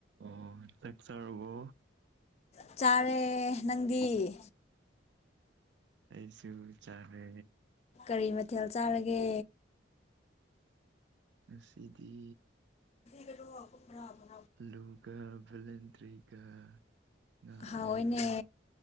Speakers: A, on the right; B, on the left.
A: ꯑꯣ ꯆꯥꯛ ꯆꯥꯔꯕꯣ
B: ꯆꯥꯔꯦ ꯅꯪꯗꯤ
A: ꯑꯩꯁꯨ ꯆꯥꯔꯦ
B: ꯀꯔꯤ ꯃꯊꯦꯜ ꯆꯥꯔꯒꯦ
A: ꯉꯁꯤꯗꯤ
B: <unintelligible>
A: ꯑꯂꯨꯒ ꯚꯂꯦꯟꯗ꯭ꯔꯤꯒ ꯉꯥ ꯑꯌꯥꯏꯕ
B: ꯍꯥꯎꯋꯦꯅꯦ